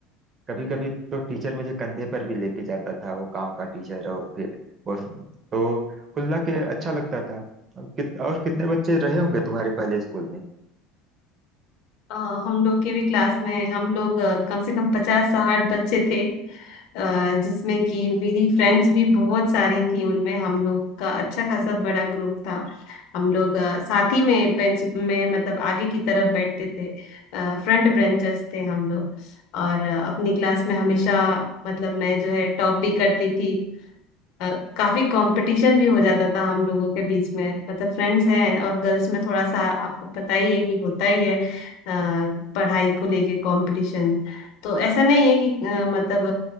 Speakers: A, on the right; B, on the left.
A: कभी कभी तो टीचर मुझे कंधे पर भी लेके जाता था वो गांव का टीचर और फिर वो तो कुल मिला के अच्छा लगता था और, कित, और कितने बच्चे रहे होंगे तुम्हारे पहले स्कूल में
B: अ, हम लोग के भी क्लास में हम लोग अ, कम से कम पचास साठ बच्चे थे अ, जिसमें कि मेरी फ्रेंड्स भी बहुत सारी थी उनमें हम लोग का अच्छा खासा बड़ा ग्रुप था हम लोग अ, साथ ही में बेंच में मतलब आगे की तरफ बैठते थे फ्रंट ब्रेंचर्स थे हम लोग और अ, अपनी क्लास में हमेशा मतलब मैं जो है टॉप भी करती थी अ, काफी कंपटीशन भी हो जाता था हम लोगों के बीच में मतलब फ्रेंड्स हैं और गर्ल्स में थोड़ा सा आपको पता ही है कि होता ही है अ, पढ़ाई को लेके कंपटीशन तो ऐसा नहीं है कि अ, मतलब